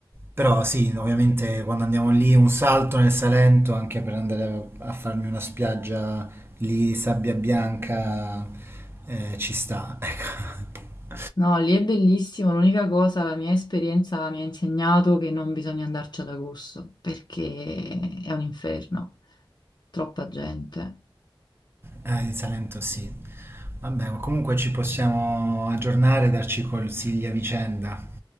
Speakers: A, on the right; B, on the left.
A: Però sì, ovviamente quando andiamo lì un salto nel Salento, anche per andare a farmi una spiaggia lì, sabbia bianca, eh, ci sta, <laughs> ecco.
B: No, lì è bellissimo. L'unica cosa, la mia esperienza mi ha insegnato che non bisogna andarci ad agosto perché è un inferno, troppa gente.
A: Eh, il Salento sì. Vabbè, ma comunque ci possiamo aggiornare e darci consigli a vicenda.